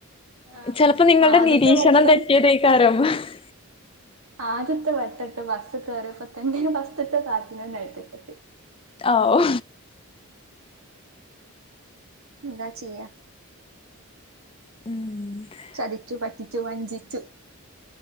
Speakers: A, on the right (about 75°); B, on the left (about 25°).
A: ആഹ്
B: ചെലപ്പോ നിങ്ങളുടെ
A: ആദ്യത്തെ
B: നിരീക്ഷണം
A: വട്ടം
B: തെറ്റിയതേ ക്കാരം <unintelligible>
A: ആദ്യത്തെ വെട്ടട്ട് ബസ്സ് കേറിയപ്പത്തന്നെ ഫസ്റ്റ്ത്തെ കാറ്റിനെന്നെ നെൽത്ത്ക്കെത്തി
B: ആ ഓ
A: ന്താ ചെയ്യ
B: ഉം
A: ചതിച്ചു പറ്റിച്ചു വഞ്ചിച്ചു